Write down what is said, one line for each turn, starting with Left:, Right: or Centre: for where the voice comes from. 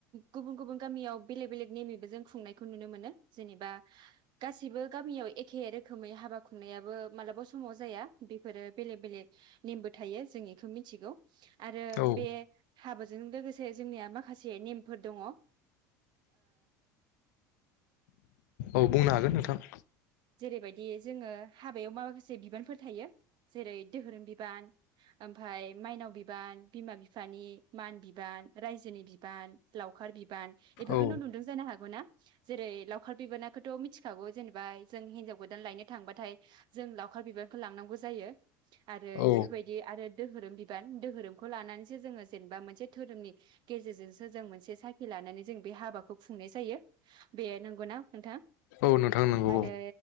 Right: गुबुन गुबुन गामियाव बेलेग बेलेग नेमिबो जों खुंनायखौ नुनो मोनो जेनेबा गासिबो गामियाव एखे रोखोमै हाबा खुंनायाबो मालाबा समाव जाया बेफोरो बेलेग बेलेग नेमबो थायो जों बेखौ मिथिगौ आरो
Left: औ
Right: बे हाबो बेजों लोगोसे जोंनिया माखासे नेमफोर दंङ
Left: औ बुंनो हागोन नोंथां
Right: जेरैबायदि जोङो हाबायाव माखासे बिबानफोर थायो जेरै दोहोरोम बिबान ओमफ्राय माइनाव बिबान बिमा बिफानि मान बिबान रायजोनि बिबान लावखार बिब बिबान इफोरखौनो
Left: औ
Right: नुदों जानो हागौ ना जेरै लावखार बिबाना खौथ मिथिखागौ जेनेबा जों हिनजाव गोदान लायनो थांबाथाय जों लावखार बिबानखौ लांनांगौ जायो आरो
Left: औ
Right: इफोरबायदि आरो दोहोरोम बिबान दोहोरोमखौ लानानैसो जोङो जेनेबा मोनसे धोरोमनि गेजेरजोंसो जों मोनसे साखि लानानै जों बे हाबाखौ खुंनाय जायो बे नंगौना नोंथां
Left: औ नोंथां नंगौ
Right: आरो